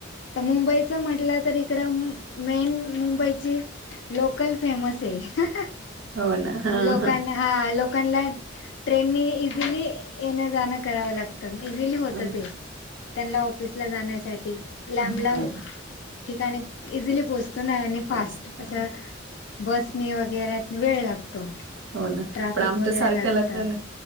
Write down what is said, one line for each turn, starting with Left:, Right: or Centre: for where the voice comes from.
Left: तर मुंबईच म्हटलं त इकडं मेन मुंबईची लोकल फेमस आहे.
Right: हो ना. हां,
Left: मु लोकांना.
Right: हां,
Left: हा लोकांना ट्रेननी इझिली येण्या जाणं करावं लागतं. म इझिली होतं
Right: हां.
Left: ते, त्यांना ऑफिसला जाण्यासाठी लांब
Right: हो
Left: लांब ठिकाणी इझिली पोहोचतो ना आणि फास्ट
Right: पोस्ट
Left: असं बसने वगैर वेळ लागतो.
Right: हो ना
Left: ट्राफिक
Right: पण आमच्या
Left: वगैरे
Right: सारख्याला
Left: लागत
Right: तर